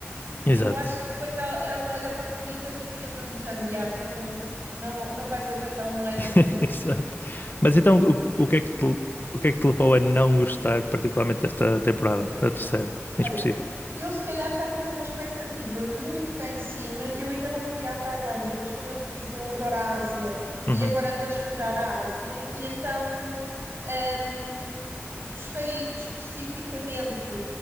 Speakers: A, on the left; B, on the right.
A: Exato.
B: E eu acho que quando ela, ela olha para a comida, tu ficas mesmo de género, "Ya, tu não, não vais aguentar um ano
A: <laughs>
B: a comer isso.
A: Exato. Mas então, o, o que é que te, o que é que te levou a não gostar particularmente desta temporada, da terceira, em
B: Olha,
A: específico?
B: eu se calhar estava com uma expectativa muito cá em cima. Eu ainda não fui à Tailândia, mas como eu te disse, eu adoro a Ásia
A: Uhum,
B: e agora ando a explorar a Ásia. E então, hum, gostei especificamente.